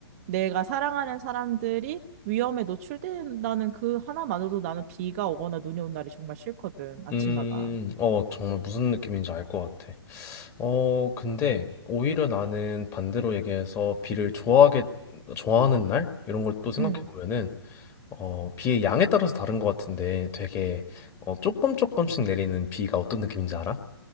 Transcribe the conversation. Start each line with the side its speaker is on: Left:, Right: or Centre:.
Right: 내가 사랑하는 사람들이 위험에 노출된다는 그 하나만으로도 나는 비가 오거나 눈이 온 날이 정말 싫거든. 아침마다.
Left: 음, 어, 정말 무슨 느낌인지 알 것 같아. 어, 근데 오히려 나는 반대로 얘기해서 비를 좋아하게, 좋아하는 날? 이런 걸 또 생각해
Right: 응.
Left: 보면은, 어, 비의 양에 따라서 다른 것 같은데 되게, 어, 조금 조금씩 내리는 비가 어떤 느낌인지 알아?